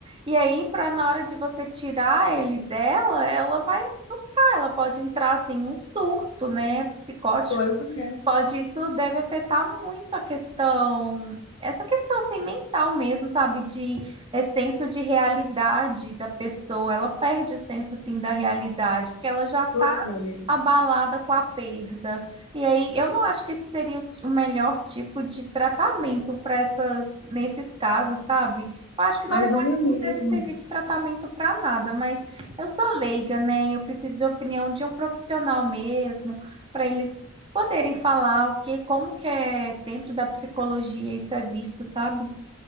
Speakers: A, on the right (about 25°); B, on the left (about 85°).
A: E aí, para na hora de você tirar ele dela, ela vai surtar, ela pode entrar assim num surto, né, psicótico.
B: pois é,
A: Pode, isso deve afetar muito a questão, essa questão assim mental mesmo, sabe, de é, senso de realidade da pessoa. Ela perde o senso assim da realidade, porque ela já tá
B: pois é.
A: abalada com a perda. E aí, eu não acho que esse seria o o melhor tipo de tratamento para essas, nesses casos, sabe? Eu acho que,
B: Mas
A: na verdade,
B: não é
A: isso
B: mesmo.
A: não deve servir de tratamento para nada, mas eu sou leiga, né? Eu preciso de opinião de um profissional mesmo, para eles poderem falar o que, como que é dentro da psicologia isso é visto, sabe?